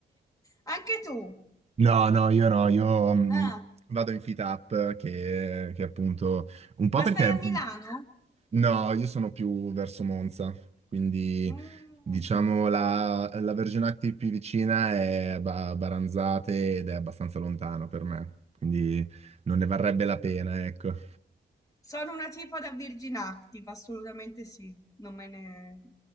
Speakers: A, on the left; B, on the right.
A: anche tu.
B: No, no, io no, io mh,
A: Ah,
B: vado in Fit Up che, che appunto un po'
A: ma
B: perché
A: stai a
B: mh,
A: Milano?
B: no, io sono più verso Monza, quindi
A: Mm,
B: diciamo
A: ok.
B: la, la Virgin Active più vicina è Ba- Baranzate ed è abbastanza lontano per me, quindi non ne varrebbe la pena, ecco.
A: Sono una tipa da Virgin Active, assolutamente sì. Non me ne...